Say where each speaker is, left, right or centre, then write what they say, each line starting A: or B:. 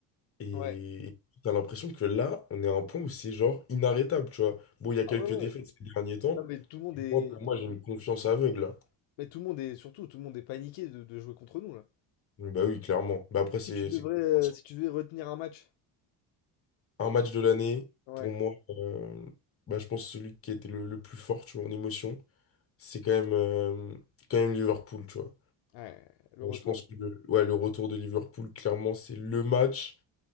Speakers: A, on the left; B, on the left.
A: Et
B: Ouais.
A: t'as l'impression que là, on est à un point où c'est genre inarrêtable, tu vois. Bon, il y a quelques
B: Ah ouais, ouais.
A: défaites ces derniers temps.
B: Non, mais tout le monde est.
A: Moi, pour moi, j'ai une confiance aveugle.
B: Mais tout le monde est. Surtout, tout le monde est paniqué de de jouer contre nous, là.
A: Bah oui, clairement. Bah après,
B: Si
A: c'est
B: tu devrais,
A: c'est compréhensible.
B: euh, si tu devais retenir un match,
A: un match de l'année.
B: ouais,
A: Pour moi, euh, bah, je pense que celui qui était le, le plus fort, tu vois, en émotion, c'est quand même, euh, quand même Liverpool, tu vois.
B: ouais, le
A: Euh,
B: retour
A: Je pense que le, ouais, le retour de Liverpool, clairement, c'est le match.